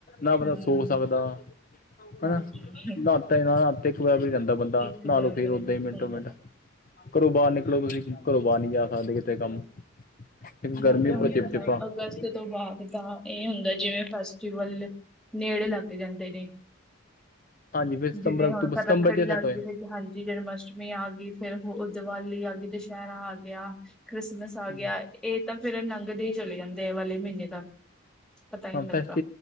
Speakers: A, on the left; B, in the centre.
A: ਨਾ ਬੰਦਾ
B: ਹੂੰ।
A: ਸੋ ਸਕਦਾ,
B: ਹਾਂਜੀ
A: ਹਨਾ। ਨਾਤੇ, ਨਾ ਨਾਤੇ ਇੱਕ ਬਰਾਬਰ ਹੀ ਹੈ। ਬੰਦਾ
B: ਇੱਕ
A: ਨਾਲੋਂ,
B: ਬਰਾਬਰ
A: ਫੇਰ
B: ਰਹਿੰਦੀ
A: ਉਦੇ ਹੀ
B: ਸਹੀ
A: ਮਿੰਟੋ- ਮਿੰਟ।
B: ਗੱਲ ਆ।
A: ਘਰੋਂ ਬਾਹਰ ਨਿਕਲੋ ਤੁਸੀਂ, ਘਰੋਂ ਬਾਹਰ ਨਹੀ ਜਾ ਸਕਦੇ। ਕਿਤੇ ਕੰਮ। ਇੱਕ ਗਰਮੀ
B: ਬਹੁ ਤਾਂ,
A: ਉੱਪਰੋਂ
B: ਹੁਣੇ
A: ਚਿਪ ਚਿਪਾ
B: ਤਾਂ, ਅਗਸਤ ਤੋਂ ਬਾਅਦ ਤਾਂ। ਇਹ ਹੁੰਦਾ, ਜਿਵੇਂ ਫੈਸਟੀਵਲ, ਨੇੜੇ ਲੱਗ ਜਾਂਦੇ ਨੇ।
A: ਹਾਂਜੀ ਫਿਰ ਸਤੰਬਰ
B: ਜਿਵੇਂ
A: ਅਕਤੂਬਰ
B: ਹੁਣ,
A: ਸਤੰਬਰ
B: ਰੱਖੜੀ
A: ਚ
B: ਲੱਗ
A: ਸੈੱਟ ਹੋ ਜਾਣ
B: ਗਈ। ਹਾਂਜੀ। ਜਨਮ- ਅਸ਼ਟਮੀ ਆ ਗਈ। ਫੇ ਉਹ ਦੀਵਾਲੀ ਆ ਗਈ, ਦੁਸਹਿਰਾ ਆ ਗਿਆ। ਕ੍ਰਿਸਮਸ। ਆ
A: ਜੀ
B: ਗਿਆ। ਇਹ ਤਾਂ ਫੇਰ ਨੰਗਦੇ ਹੀ, ਚਲੇ ਜਾਂਦੇ। ਆ ਵਾਲੇ ਮਹੀਨੇ ਤਾਂ। ਪਤਾ ਹੀ
A: ਹਾਂ,
B: ਨਹੀਂ ਲੱਗਦਾ
A: ਫੈਸ